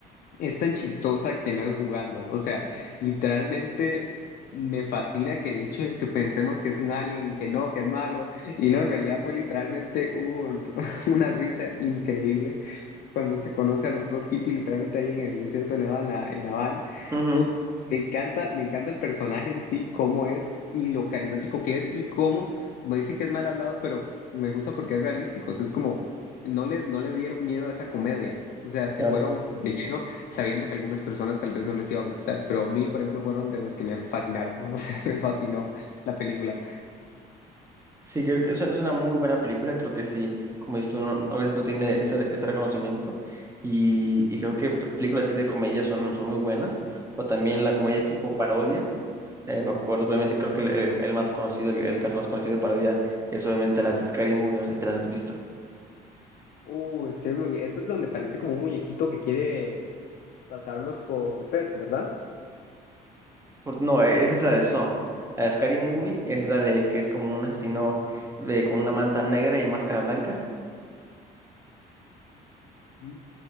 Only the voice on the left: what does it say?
Es tan chistosa que no es jugando. O sea, literalmente me fascina que el hecho de que pensemos que es un alien y que no, que es malo. Y no, en realidad fue literalmente un- <laughs> una risa increíble cuando se conoce a los dos hippies literalmente ahí en el desierto de Nevada, en la, en la van.
Eh, Me encanta, me encanta el personaje en sí, cómo es y lo carismático que es y cómo, como dicen que es mal hablado, pero me gusta porque es realístico. O sea, es como, no le, no le dieron miedo a esa comedia. O sea, se
fueron de lleno sabiendo que a algunas personas tal vez no les iba a gustar, pero a mí, por ejemplo, fueron de los que me fascinaron, ¿no? <laughs> O sea, me fascinó la película.
Uh, es que me... vi- esto es donde parece como un muñequito que quiere pasarlos por test, ¿verdad?
Mm.